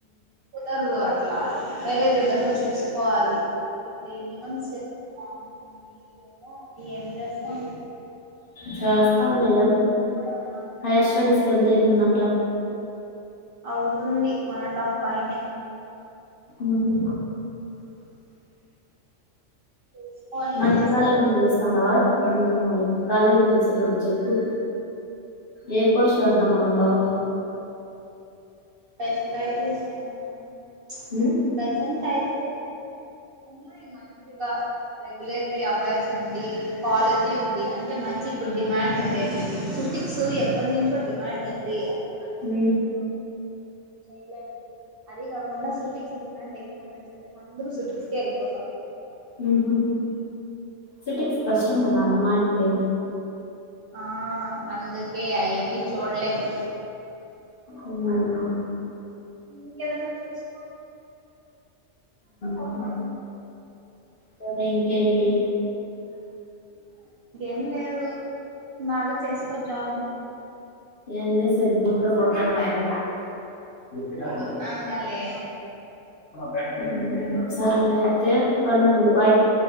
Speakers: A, on the right (about 60°); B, on the left (about 50°).
A: కుదరదు అట్లా వేరేది ఏదైనా చూసుకోవాలి. ఇక్కడ ఎన్ని మంత్స్ చేస్తే బాగుంటుంది ఏమో ఏమి చేస్తాము.
B: చేస్తాములే ఎంత
A: కూడా ఉన్నారు
B: హయర్ స్టడీస్. ఎంతైతుందంట.
A: అవుతుంది వన్ అండ్ హాఫ్ పైనే.
B: ఉహూ.
A: చూసుకొని
B: మంచి
A: చేసుకోవాలి
B: కాలేజ్ నుంచి వస్తా అన్నావు కదా
A: ఎంత
B: <unintelligible>
A: పడుతుందో
B: కాలేజ్ నుంచి. ఆహ్ చెప్పు ఏ కోర్స్ చేద్దాం అని అన్నావ్.
A: స్పెషలైజేషన్ ప్చ్
B: ఉమ్
A: ప్రెసెంట్ అయితే. ఉన్నాయి మంచిగా. రెగ్యులేటరీ అఫైర్స్ ఉండి కాలేజీ ఉండి అంటే మంచి ఇప్పుడు డిమాండ్ ఉండేటివి. సో ఎప్పటి నుంచో డిమాండ్ ఉంది కానీటిక్స్స్.
B: ఉమ్
A: చెయ్యలేను అది కాకుండా సూటిక్స్ డిమాండ్ ఎక్కువ ఉందని చెప్పి. అందరు సుటిక్స్కే వెళ్ళిపోతా ఉన్నారు.
B: ఉహూ సిటిక్స్ కష్టం కదా అమ్మాయిలకు.
A: ఆహ్ అందుకే అయన్నీ చూడలేము.
B: ఉమ్.
A: ఇంకేదైనా చూస్.
B: ఉమ్. సరే ఇంకేంటి.
A: ఏం లేదు బాగా చేసుకో జాబు.
B: ఏం చేస్. చందు కూడా పోతున్నాడు ఇగ
A: పోగొత్తా ఉండాలే
B: ప్చ్. సర్లేయితే పనుంది బాయ్